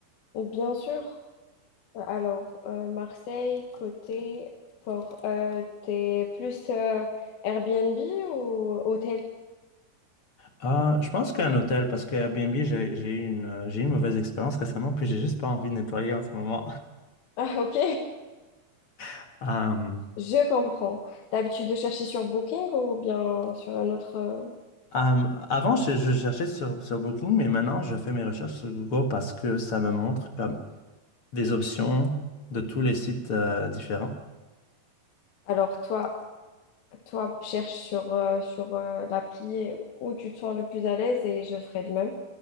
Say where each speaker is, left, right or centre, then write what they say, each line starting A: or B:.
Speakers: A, on the left; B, on the left.
A: Euh, Bien sûr. Euh, Alors, euh, Marseille, côté port. Euh, t'es plus euh, Airbnb ou hôtel? <laughs>
B: Ah, je pense qu'un hôtel, parce que Airbnb, j'ai j'ai eu une, j'ai eu une mauvaise expérience récemment, puis j'ai juste pas envie de nettoyer en ce moment.
A: Ah, ok,
B: <laughs>
A: je comprends. T'as l'habitude de chercher sur Booking ou bien sur un autre... euh,
B: Euh, avant, je, je cherchais sur, sur Booking, mais maintenant, je fais mes recherches sur Google parce que ça me montre comme des options de tous les sites euh, différents.
A: Alors, toi, toi, cherche sur, euh, sur euh, l'appli où tu te sens le plus à l'aise et je ferai de même.